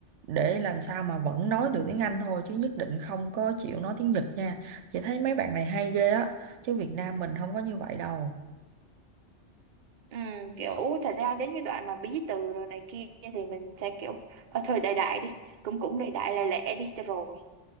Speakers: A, on the right (about 80°); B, on the right (about 50°).
A: để làm sao mà vẫn nói được tiếng Anh thôi chứ nhất định không có chịu nói tiếng Nhật nha chị thấy mấy bạn này hay ghê á chứ Việt Nam mình không có như vậy đâu
B: Ừ, kiểu thật ra đến cái đoạn mà bí từ rồi này kia thì mình sẽ kiểu ờ, thôi đại đại đi cũng cũng đại đại lẹ lẹ đi cho rồi